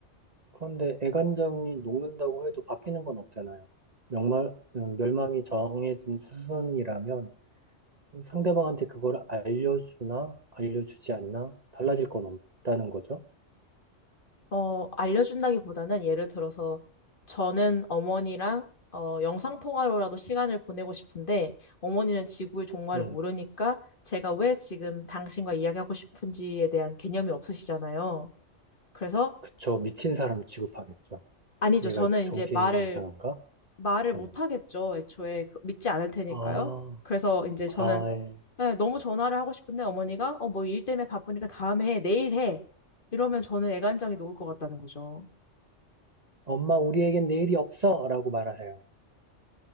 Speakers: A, on the right; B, on the left.
A: 그런데 애간장이 녹는다고 해도 바뀌는 건 없잖아요. 명말, 음, 멸망이 정해진 수순이라면 그 상대방한테 그걸 알려주나 알려주지 않나 달라질 건 없다는 거죠.
B: 어, 알려준다기보다는 예를 들어서 저는 어머니랑 어, 영상통화로라도 시간을 보내고 싶은데 어머니는 지구의 종말을
A: 음,
B: 모르니까 제가 왜 지금 당신과 이야기하고 싶은지에 대한 개념이 없으시잖아요. 그래서
A: 그쵸. 미친 사람 취급하겠죠.
B: 아니죠.
A: 얘가
B: 저는
A: 정신이
B: 이제 말을
A: 이상한가?
B: 말을
A: 그러면서.
B: 못 하겠죠. 애초에 그- 믿지 않을 테니까요.
A: 아,
B: 그래서 이제 저는
A: 아, 예.
B: 네, 너무 전화를 하고 싶은데 어머니가 어, 뭐 일 때문에 바쁘니까 다음에 해, 내일 해. 이러면 저는 애간장이 녹을 것 같다는 거죠.
A: 엄마 우리에겐 내일이 없어! 라고 말하세요.